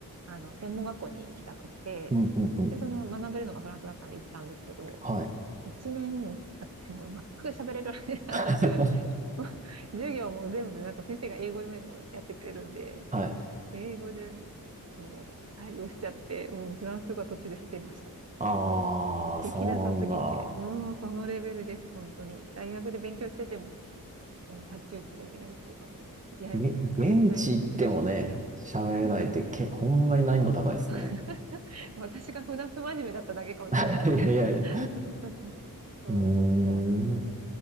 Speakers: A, on the right; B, on the right.
A: あの、専門学校に行きたくって、
B: うん、うん、うん。
A: で、その学べるのがフランスだったんで行ったんですけど、
B: はい。
A: 一年経っても全く喋れるわけにならず、
B: <laughs>
A: <laughs> もう授業も全部なんか先生が英語でもやってくれるんで、
B: はい。
A: 英語でもう対応しちゃって、もうフランス語は途中で捨てました。
B: ああ、
A: もうできなさすぎて、
B: そうなんだ。
A: もうそのレベルです、本当に。大学で勉強してても、もう太刀打ちできないっていうか、もう、いや、
B: げ、
A: もうなんか自分が、
B: 現地行ってもね、
A: モチベーションが、
B: 喋れないってけ、
A: うん。
B: ほんまに難易度高いですね。
A: <laughs> 私が普段不真面目だっただけかもしれないですけど。
B: <laughs> いやいやいや。
A: <laughs> そうそううん、
B: うーん。
A: そうなんです。